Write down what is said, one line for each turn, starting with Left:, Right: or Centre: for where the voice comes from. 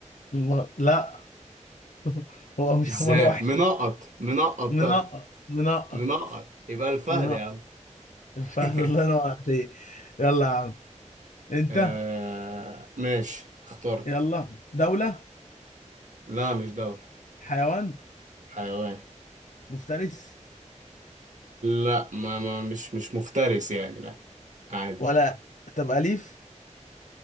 Left: م- لا <laughs> هو مش
Right: ازاي
Left: حمار وحشي
Right: منقط منقط
Left: منقط
Right: طب
Left: منقط
Right: منقط يبقى الفهد
Left: منقط
Right: يا عم
Left: الفهد
Right: <laughs>
Left: الله ينور عليك يلا يا عم انت
Right: آه ماشي اخترت
Left: يلا دولة
Right: لا مش دولة
Left: حيوان
Right: حيوان
Left: مفترس
Right: لا ما, ما مش مش مفترس يعني لا عادي
Left: ولا طب أليف